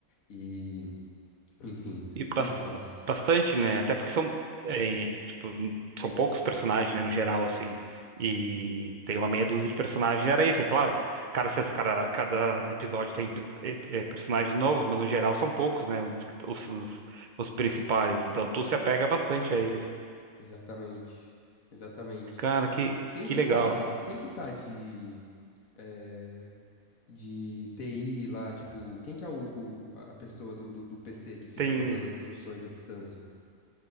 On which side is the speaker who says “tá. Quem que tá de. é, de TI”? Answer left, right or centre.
Left